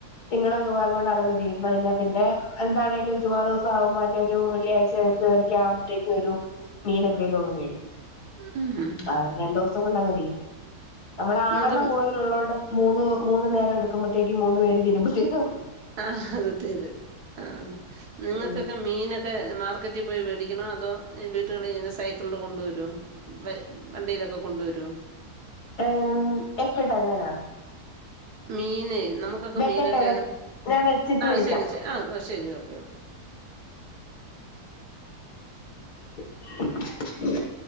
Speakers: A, on the left; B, on the right.
A: തിങ്കളോ ചൊവ്വ അങ്ങോട്ട്‌ അതങ്ങട് തീർന്നു കഴിഞ്ഞാ പിന്നെ എന്താണേലും ചുവാ റോസ് സാബുമാന്റെ ഒരു വെള്ളിയാഴ്ച എട്ടര ഒക്കെ ആകുമ്പത്തേക്ക് ഒരു മീന് എന്തേലും അങ്ങ് മേടിക്കും
B: ആഹ്
A: അത് രണ്ടു ദിവസം കൊണ്ട് അങ്ങ് തീരും നമ്മള് ആളെണ്ണം
B: നിങ്ങക്ക്
A: കൂടുതൽ ഒള്ളോണ്ട് മൂന്ന് മൂന്ന് നേരം എടുക്കുമ്പത്തേക്ക് മൂന്ന് പേര് കഴീമ്പോ തീരും
B: ആഹ് ആദ്യത്തേത് ആഹ് നിങ്ങക്കൊക്കെ
A: ഉം
B: മീന് മാർക്കറ്റിൽ പോയി മേടിക്കണോ അതോ വീട്ടുകളിൽ ഇങ്ങനെ സൈക്കിളില് കൊണ്ടു വരുവോ വെ വണ്ടിയില് ഒക്കെ കൊണ്ടു വെരുവോ
A: ഏഹ് എക്കട്ടാങ്ങാനാ
B: മീന് നമുക്ക് ഒക്കെ
A: വെക്കട്ടെ
B: മീന് ഒക്കെ
A: ഞാൻ വെച്ചിട്ട്
B: ആഹ്
A: വിളിക്കാം
B: ശെരി ആഹ് ശെരി ഓക്കെ ഓക്കെ
A: <unintelligible>